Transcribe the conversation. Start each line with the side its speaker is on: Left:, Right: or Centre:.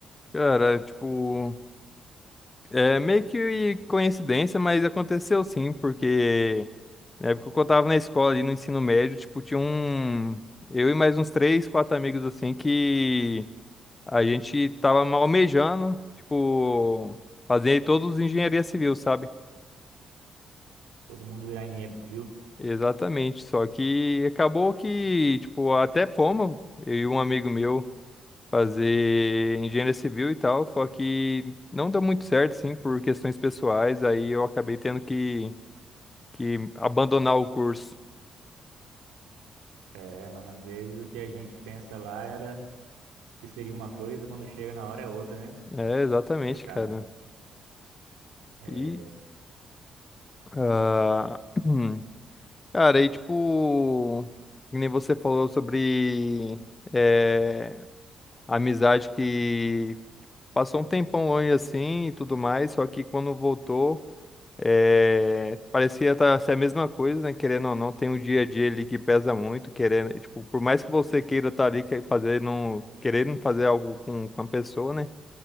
Left: Cara, tipo, é meio que coincidência, mas aconteceu sim, porque na época que eu tava na escola ali no ensino médio, tipo, tinha um. Eu e mais uns três, quatro amigos assim que a gente tava almejando, tipo, fazer todos engenharia civil, sabe?
Right: Todo mundo virar engenheiro civil.
Left: Exatamente, só que acabou que, tipo, até fomos, eu e um amigo meu, fazer engenharia civil e tal, só que não deu muito certo, assim, por questões pessoais, aí eu acabei tendo que, que abandonar o curso.
Right: É, mano, às vezes o que a gente pensa lá era que seria uma coisa, quando chega na hora é outra, né?
Left: É, exatamente,
Right: É complicado.
Left: cara.
Right: É,
Left: E, ah, <clears throat> cara, aí, tipo, que nem você falou sobre eh, amizade que passou um tempão longe, assim, e tudo mais, só que quando voltou É, parecia tá, ser a mesma coisa, né? Querendo ou não, tem um dia a dia ali que pesa muito, querendo, e, tipo, por mais que você queira estar ali, quer fazer não, querendo fazer algo com, com a pessoa, né?